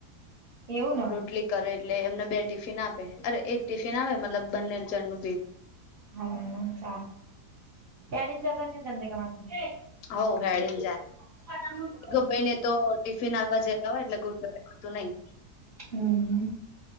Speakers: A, on the right; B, on the left.
A: એવું ને
B: રોટલી કરે એટલે એમને બે ટિફિન આપે, અરે! એક ટિફિન આવે મતલબ બંને ચણનુ
A: હહ ચાલ. તેડીને જતા છેન ચંદ્રિકામાસીને.
B: હૌ. હેડીન જા.
A: <inaudible>
B: <unintelligible> ભાઈને તો ટિફિન આવવા જવા હોય એટલે <unintelligible> તું નહી
A: હમ્મ હમ્મ